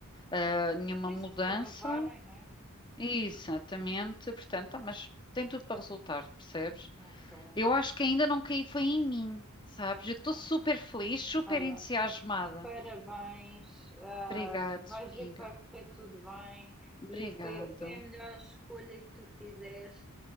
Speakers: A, on the left; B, in the centre.
A: ah, nenhuma
B: Sim,
A: mudança.
B: se te renovarem, né?
A: Exatamente, portanto, ah, mas tem tudo para resultar, percebes?
B: Ok.
A: Eu acho que ainda não caí, foi em mim, sabes? Eu estou
B: Não,
A: super feliz, super
B: olha.
A: entusiasmada.
B: Parabéns, ah,
A: Obrigado,
B: vais
A: amiga.
B: ver que vai correr tudo bem
A: Obrigado.
B: e foi, foi a melhor escolha que tu fizeste.